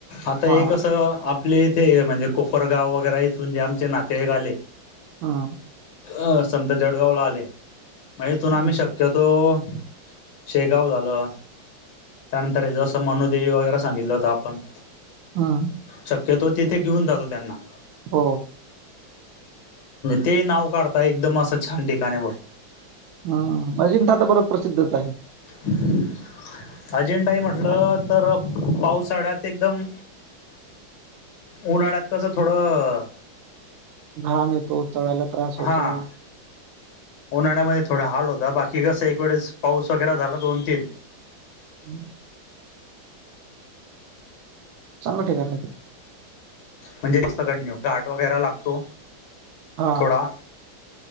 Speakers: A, on the left (about 65°); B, on the right (about 80°).
A: आता
B: हा
A: हे कसं आपले इथे म्हणजे कोपरगाव वगैरे इथून जे आमचे नातेवाईक आले.
B: हां
A: अ समजा जळगावला आले मग इथून आम्ही
B: हम्म
A: शक शक्यतो शेगांव झालं. त्यानंतर जसं मनुदेवी वगैरे सांगितलं होतं आपण.
B: हां
A: शक्यतो तिथे घेऊन जातो त्यांना.
B: हो
A: ते ही नाव काढता एकदम असं छान ठिकाणी
B: ह्ं अजिंठा तर बरंच प्रसिद्धच आहे.
A: हम्म अजिंठाई म्हटलं तर पावसाळ्यात एकदम उन्हाळ्यात कसं थोडं
B: घाम येतो चळायला त्रास होतो.
A: हा उन्हाळ्यामध्ये थोडा हाल होता बाकी कस एक वेळेस पाऊस वगैरे झाला दोन-तीन.
B: हम्. चांगलं ठिकान ये.
A: म्हणजे कस कंटिन्यू घाट वगैरे लागतो.
B: हा.
A: थोडा